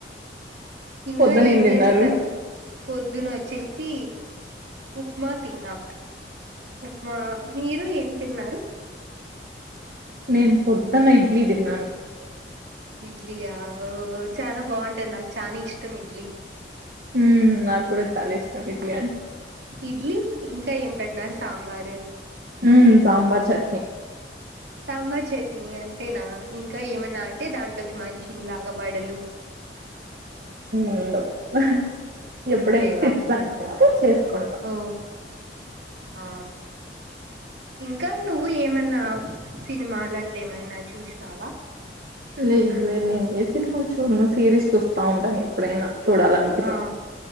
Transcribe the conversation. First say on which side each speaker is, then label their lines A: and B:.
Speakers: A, on the right; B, on the right.
A: ఇంకా
B: పొద్దున
A: ఏం
B: తిన్నారు
A: చేస్తాను పొద్దున వచ్చేసి ఉప్మ తిన్నా ఉప్మా మీరు ఏం తిన్నారు
B: నేను పొద్దన్న ఇడ్లీ తిన్నాను
A: ఇడ్లి య ఓ చానా బాగుంటది నాకు చానా ఇష్టం ఇడ్లీ
B: ఉమ్ నాకు కూడా చాలా ఇష్టం ఇడ్లీ అంటే
A: ఇడ్లీ ఇంకా ఏం పెట్టినారు సాంబారు
B: ఉమ్ సాంబార్ చట్నీ
A: సాంబార్ చట్నీ అంతేనా ఇంకా ఏమనా అంటే దాంట్లో మంచింగ్ లాగా వాడలు
B: ఉండవ్ ఆహ్ ఎప్పుడైనా
A: లేవా
B: తినాలనిపిస్తే
A: అట్లా
B: చేసుకుంటాం
A: ఓ ఆ ఇంకా నువ్వు ఏమన్నా సినిమాలు అట్లే ఏమైనా చూసినావా
B: లేదు లేదు నేను ఏ సినిమాలు చూడను సిరీస్ చూస్తా ఉంటాను ఎప్పుడైనా చూడాలనిపిస్తే
A: ఆ